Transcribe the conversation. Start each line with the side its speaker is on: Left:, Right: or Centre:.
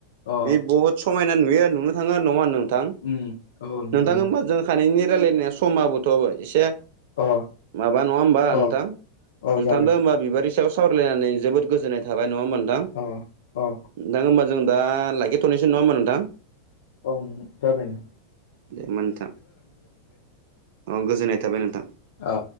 Left: अ
Right: बे बहुद समायना नुयो नुनो थाङो नङा नोंथां?
Left: उम। औ नंगौ
Right: नोंथां होमबा जों खानैनि रायलायनाया समाबोथ' एसे
Left: अ
Right: माबा नङा होमबा
Left: अ
Right: नोंथां?
Left: अ
Right: नोंथांदों
Left: जाबाय
Right: होनबा बिबारनि सायाव सावरायलायनानै जोबोद गोजोननाय थाबाय नङा होनबा नोंथां?
Left: अ अ
Right: नोंथां होमबा जों दा लाखिथ'नोसै नङा होनबा नोंथां?
Left: औ जाबाइयानो।
Right: दे होमबा नोंथां। औ गोजोननाय थाबाय नोंथां।
Left: ओ।